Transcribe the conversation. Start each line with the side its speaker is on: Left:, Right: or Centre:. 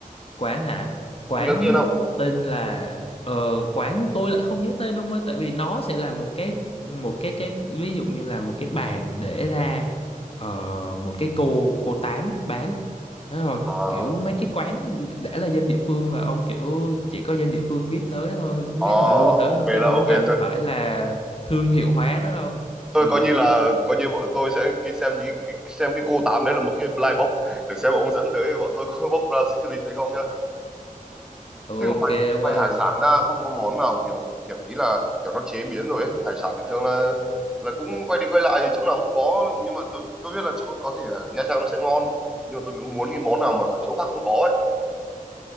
Left: Quán hả? Quán
Centre: ông nhớ tên không
Left: tên là ờ, quán tôi lại không nhớ tên ông ơi tại vì nó sẽ là một cái một cái cái ví dụ như là một cái bàn để ra ờ, một cái cô cô tám bán. Thế rồi,
Centre: à
Left: kiểu mấy cái quán đã là dân địa phương mà ông kiểu chỉ có dân địa phương biết tới thôi, biết
Centre: Ờ,
Left: mà lui tới
Centre: ok
Left: thôi chứ đâu
Centre: đó, ok
Left: có cần
Centre: thôi.
Left: phải là thương hiệu hóa nó đâu.
Centre: Thôi
Left: Ừ,
Centre: coi như là coi như bọn tôi sẽ cái- xem như- cái- xem cái cô tám đấy là một cái blind box để xem ông dẫn tới bọn tôi có <laughs> bóc ra secret hay không nhá.
Left: ok
Centre: Chứ ngoài
Left: ông
Centre: ngoài
Left: ơi.
Centre: hải sản ra không có món nào kiểu kiểu ý là kiểu nó chế biến rồi ấy. Hải sản thì thường là là cũng quay đi quay lại thì chỗ nào cũng có nhưng mà tôi tôi biết là chỗ có thể ở Nha Trang nó sẽ ngon nhưng mà tôi muốn cái món nào mà ở chỗ khác không có ấy.